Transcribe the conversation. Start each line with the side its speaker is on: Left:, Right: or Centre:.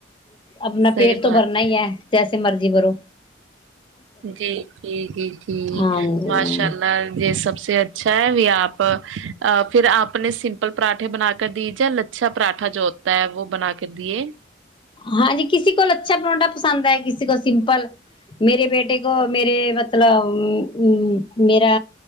Left: اپنا
Right: صحیح
Left: پیٹ تو
Right: بات
Left: برنا ہی ہے <unintelligible> جیسے مرضی برو
Right: جی جی جی جی
Left: ہاں جی
Right: ماشاء اللہ یہ سب سے اچھا ہے آپ پھر آپ نے سمپل پراٹھے بنا کر دی جا لچھا پراٹھا جو ہوتا ہے وہ بنا کر دیے
Left: ہاں جی کسی کول اچھا پروھا پسند ہے کسی کو سمپل میرے بیٹے کو میرے مطلب میرا